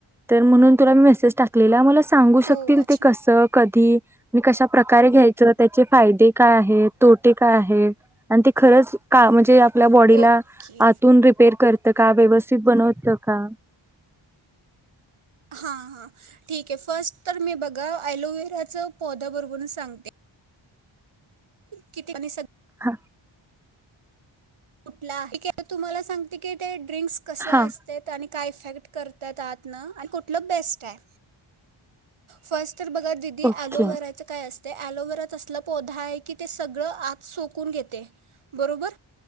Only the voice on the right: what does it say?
ओ अच्छा
ओके
हां हां ठीक आहे फर्स्ट तर मी बघा अलोव्हेराच पोधोवरून सांगते. किती आणि सग
कुठला आहे ठीक आहे तुम्हालाआता सांगते की ते. ड्रिंक्स कसं
असतयं आणि काय इफेक्ट करतायत आतनं आणि कुठलं बेस्ट आहे. फर्स्ट. तर बघा दिदी
ॲलोवेराचं काय असतं. ते ॲलोवेरात असला पौधा आहे की ते सगळं आत सोकून घेते बरोबर